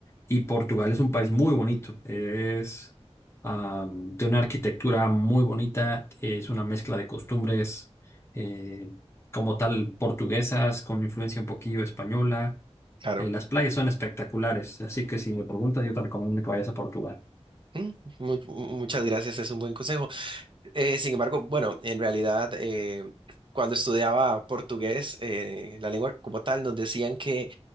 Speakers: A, on the left (about 25°); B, on the right (about 45°).
A: Y Portugal es un país muy bonito. Es am, de una arquitectura muy bonita. Es una mezcla de costumbres eh, como tal portuguesas, con influencia un poquillo española.
B: claro.
A: Eh, las playas son espectaculares. Así que si me preguntas, yo te recomiendo que vayas a Portugal.
B: Mm, mu- mu- muchas gracias, es un buen consejo. Eh, sin embargo, bueno, en realidad, eh, cuando estudiaba portugués, eh, la lengua como tal, nos decían que